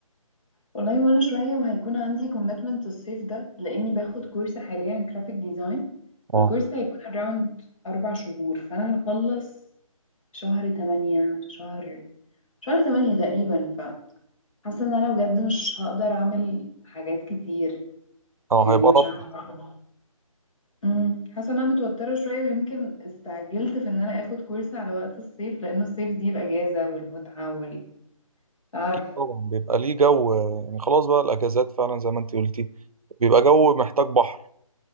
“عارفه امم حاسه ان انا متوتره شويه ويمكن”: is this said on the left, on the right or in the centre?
Left